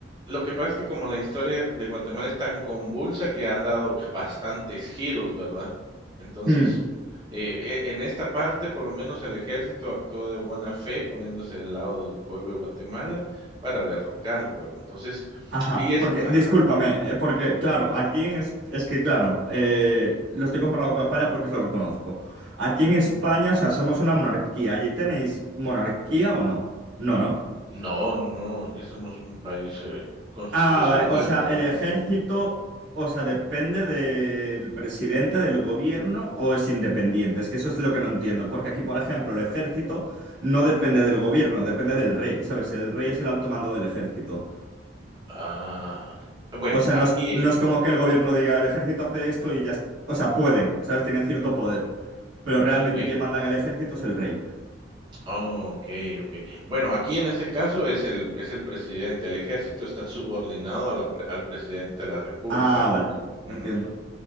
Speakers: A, on the right; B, on the right.
A: lo que pasa es que como la historia de Guatemala es tan convulsa que han dado bastantes giros, ¿verdad? Entonces,
B: mm,
A: eh, e- en esta parte, por lo menos el ejército actuó de buena fe, poniéndose del lado del pueblo de Guatemala para derrocarlo, ¿verdad? Entonces,
B: Ajá,
A: y es,
B: porque,
A: ajá,
B: discúlpame, eh, porque, claro, aquí en es, es que, claro, eh, lo estoy comparando con España porque es lo que conozco. Aquí
A: mm,
B: en España, o sea, somos una monarquía. ¿Allí tenéis monarquía o no? No, ¿no?
A: no, no, no, aquí somos un país eh, constitucional,
B: Ah, vale, o sea,
A: ¿verdad?
B: el ejército, o sea, depende del presidente del gobierno o es independiente. Es que eso es lo que no entiendo, porque aquí, por ejemplo, el ejército no depende del gobierno, depende del rey, ¿sabes? El rey es el alto mando del ejército.
A: Ah, bueno,
B: O sea,
A: aquí
B: no es, no es como que el gobierno diga, el ejército hace esto y ya está. O sea, pueden, ¿sabes? Tienen cierto poder, pero realmente
A: sí,
B: quien manda en el ejército es el rey.
A: Ah, okey, okey. Bueno, aquí en ese caso es el es el presidente. El ejército está subordinado a la pre al presidente de la república
B: Ah,
A: realmente.
B: vale, entiendo.
A: Ujú.